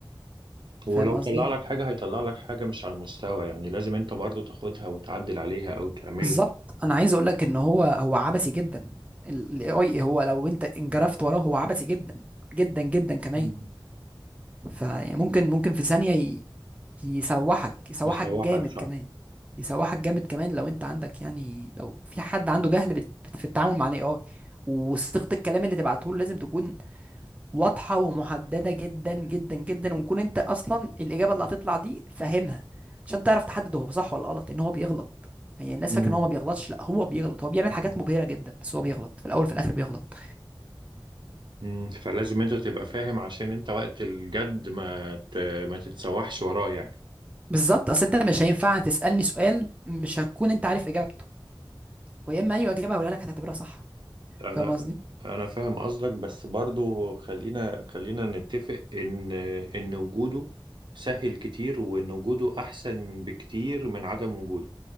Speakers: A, on the right; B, on the right.
A: ولو
B: فاهم
A: طلع
B: قصدي
A: لك حاجه هيطلع لك حاجه مش على المستوى يعني لازم انت برضو تاخدها وتعدل عليها او تعملها
B: بالظبط انا عايز اقول لك ان هو هو عبثي جدا الاي اي هو لو انت انجرفت وراه هو عبثي جدا جدا جدا كمان
A: مم.
B: فممكن ممكن في ثانية ي- يسوحك يسوحك
A: يسوحك
B: جامد
A: صح
B: كمان يسوحك جامد كمان لو انت عندك يعني لو في حد عنده جهل بت- بت- في التعامل مع الاي اي وصيغة الكلام اللي تبعته له لازم تكون واضحة ومحددة جدا جدا جدا ونكون انت اصلا الاجابة اللي هتطلع دي فاهمها عشان تعرف تحدد هو صح ولا غلط ان هو بيغلط يعني الناس
A: مم.
B: فاكره ان هو ما بيغلطش لا هو بيغلط هو بيعمل حاجات مبهرة جدا بس هو بيغلط في الاول في الاخر بيغلط
A: مم. فلازم انت تبقى فاهم عشان انت وقت الجد ما ت... ما تتسوحش وراه يعني
B: بالظبط اصل انت مش هينفع تسألني سؤال مش هتكون انت عارف اجابته ويا اما اي اجابة هقولها لك هتعتبرها صح
A: انا
B: فاهم قصدي
A: انا فاهم قصدك بس برضو خلينا خلينا نتفق ان ان وجوده سهل كتير وان وجوده احسن بكتير من عدم وجوده